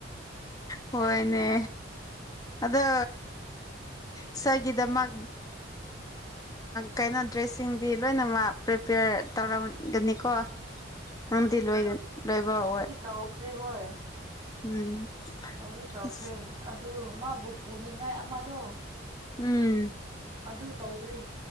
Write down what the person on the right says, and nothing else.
ꯑꯣꯈꯔꯦ ꯍꯣꯏ
ꯇꯧꯗꯤ ꯇꯧꯈ꯭ꯔꯦ
ꯑꯗꯨ ꯃꯥꯕꯨ ꯄꯨꯅꯤꯡꯉꯥꯏ ꯑꯃꯗꯣ
ꯑꯗꯨ ꯇꯧꯗ꯭ꯔꯤ